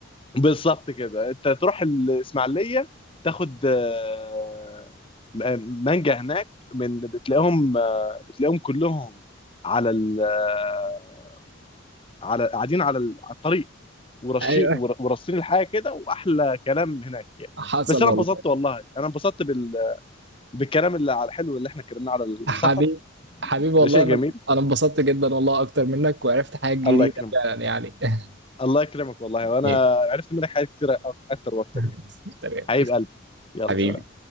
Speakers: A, on the left; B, on the right.
A: بالظبط كده انت تروح الاسماعيليه تاخد آه، م- مانجا هناك من بتلاقيهم آه، بتلاقيهم كلهم على ال آه، على قاعدين على ال- على الطريق ورشين
B: <laughs> ايوه
A: ور- ورصين الحاجه كده واحلى كلام هناك يعني
B: حصل
A: بس انا
B: والله
A: انبسطت والله انا انبسطت بال... بالكلام اللي على الحلو اللي احنا اتكلمناه على السفر
B: حبيب حبيبي
A: ده
B: والله
A: شيء
B: انا
A: جميل
B: انا انبسطت جدا والله اكتر منك وعرفت حاجات جديده
A: الله يكرمك
B: فعلا يعني <laughs>
A: الله يكرمك والله وانا
B: ماشي.
A: عرفت منك حاجات كتير أك- اكتر واكتر
B: تمام
A: يعني حبيب قلبي يلا
B: حبيبي
A: سلام